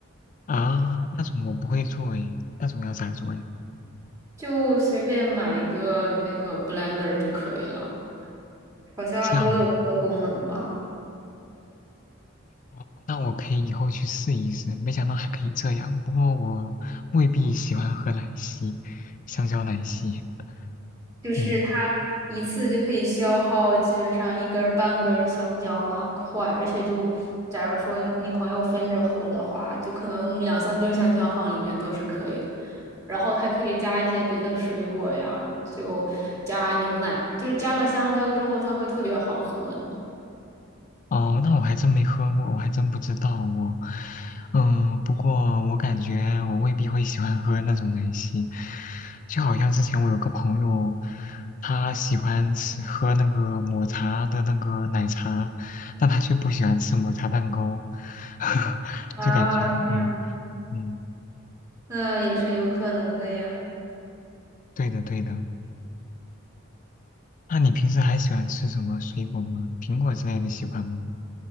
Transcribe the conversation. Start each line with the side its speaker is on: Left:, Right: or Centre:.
Left: 啊，那种我不会做诶，那种要咋做诶？
Right: 就随便买一个那个 blender 就可以了，好像都有这个功能吧。
Left: 这样吗？哦那我可以以后去试一试，没想到还可以这样。不过我未必喜欢喝奶昔，香蕉奶昔。
Right: 就是它
Left: 嗯，
Right: 一次就可以消耗基本上一根儿半根儿香蕉嘛，很快，而且就假如说你和你朋友分着喝的话，就可能两三根儿香蕉放里面都是可以的。然后还可以加一些别的水果呀，就加牛奶，就是加了香蕉之后，它会特别好喝呢。
Left: 哦，那我还真没喝过，我还真不知道我。嗯，不过我感觉我未必会喜欢喝那种奶昔，就好像之前我有个朋友，他喜欢吃喝那个抹茶的那个奶茶，但他却不喜欢吃抹茶蛋糕，<laughs>
Right: 啊，
Left: 就感觉嗯
Right: 这样子
Left: 嗯，
Right: 那也是有可能的呀。
Left: 对的对的。那你平时还喜欢吃什么水果吗？苹果之类的喜欢吗？